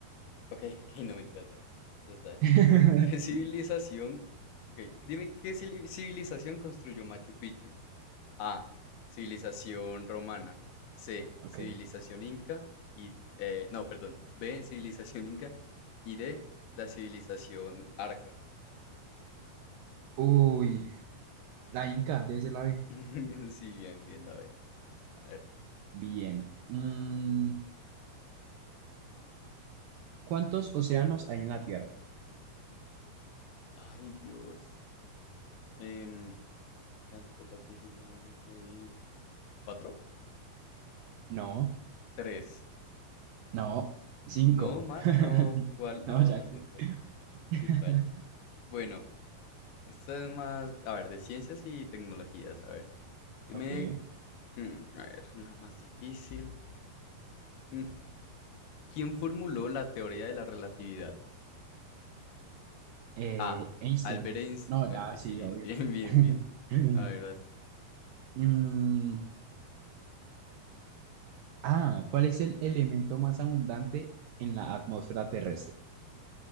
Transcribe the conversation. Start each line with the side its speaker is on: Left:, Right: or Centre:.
Left: Ok, <laughs> ok, no mentiras, no. Eso está difícil.
Right: <laughs>
Left: ¿Qué civilización? Ok, dime qué civili- civilización construyó Machu Picchu. A. Civilización romana. C.
Right: Ok.
Left: Civilización inca. Y eh, no, perdón. B. Civilización inca. Y D. La civilización arca.
Right: Uy, la Inca, debe ser la B.
Left: <laughs> Sí, bien, bien la B. A ver.
Right: Bien. Mm, ¿cuántos océanos hay en la Tierra?
Left: Ay, Dios. Em, Atlántico, Pacífico, Nórdico y. ¿Cuatro?
Right: No,
Left: Tres.
Right: no, cinco.
Left: No, ma,
Right: <laughs>
Left: no, ¿cuál? No,
Right: No, ya
Left: no
Right: que.
Left: sé, perdón.
Right: <laughs>
Left: Sí, paila. Bueno, esta es más, a ver, de ciencias y tecnologías, a ver. Dime,
Right: Ok.
Left: mm, a ver, una más difícil. Mm, ¿Quién formuló la teoría de la relatividad?
Right: Eh,
Left: A,
Right: Einstein.
Left: Albert Einstein.
Right: No,
Left: Bueno,
Right: ya,
Left: sí,
Right: sí,
Left: bien,
Right: obvio.
Left: <laughs> bien, bien,
Right: <laughs>
Left: bien. A ver, vas.
Right: Mm, ah, ¿cuál es el elemento más abundante en la atmósfera terrestre?